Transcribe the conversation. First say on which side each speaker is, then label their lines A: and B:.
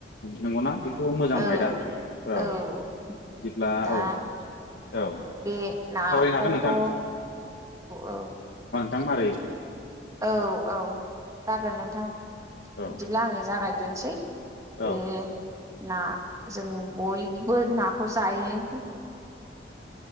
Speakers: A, on the left; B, on the right.
A: नंगौना बेथ' मोजां
B: औ
A: बिदिब्ला
B: औ दा
A: औ औ
B: बे नाखौथ'
A: सावरायनो हागोन नोंथां
B: औ औ
A: जानमारै
B: औ औ जागोन नोंथां
A: औ
B: बिदिब्ला आङो जागायग्रोनसै
A: औ
B: बे ना जों बयबो नाखौ जायो।